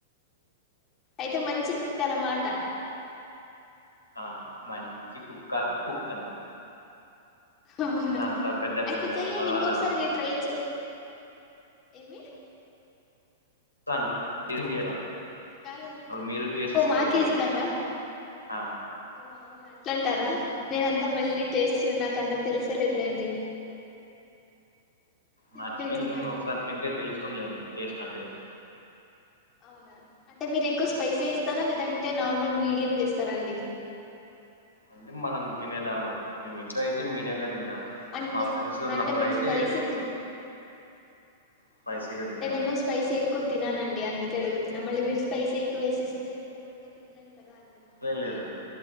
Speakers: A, on the left (about 30°); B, on the left (about 90°).
A: అయితే మంచి కుక్ అన్నమాట
B: ఆ మంచి కుక్ కాదు కుక్ అంతే
A: అవునా
B: అయినా అంత పెద్ద
A: అయితే
B: పెద్ద
A: చెయ్యడి
B: పదాలు
A: ఇంకొకసారి
B: అవసరం
A: ట్రై చేయ ఏమి
B: త అండి <unintelligible>
A: కాదు
B: ఇప్పుడు మీరు టేస్ట్
A: ఓ
B: చేసి
A: మాకే
B: చెప్పుదురు
A: ఇస్తారా
B: ఆ
A: ఓ అవునా అట్లాంటారా నేన అంతా మళ్ళీ టేస్ట్ నాక అంత తెలిసేలేదులేండి చెప్పేకి
B: నా చికెన్
A: కానీ
B: ఒకసారి తింటే తెలుసు లేండి టేస్ట్ అంతే ఎట్లా
A: అవునా అంటే మీరు ఎక్కువ స్పైసీ ఎస్తారా లేదంటే నార్మల్ మీడియం చేస్తారా అండి
B: అంటే మనం తినేదాన్ని బట్టి మేం ఇంట్లో అయితే మీ తింటారు
A: అవునా అంటే
B: మా ఫ్రెండ్స్ ఉన్నప్పుడుయితే
A: అంటే మేము స్పైసీ
B: ఎక్కువ
A: తిన్
B: స్పైసీగా తింటాము
A: అంటే నేను స్పైసీ ఎక్కువ తినానండి అందుకే అడుగుతున్నా మళ్ళీ మీరు స్పైసీ ఎక్కువ వేసిస్తే తినమంటే తినలేం కదా అండి
B: లే లేదు